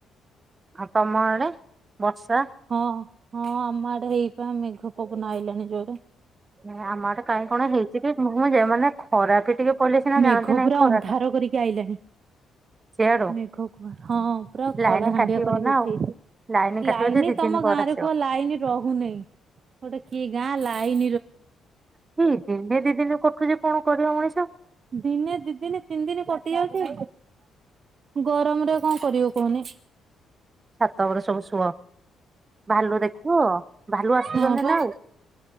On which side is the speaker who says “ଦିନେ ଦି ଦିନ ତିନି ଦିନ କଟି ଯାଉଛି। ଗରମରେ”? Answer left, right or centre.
Right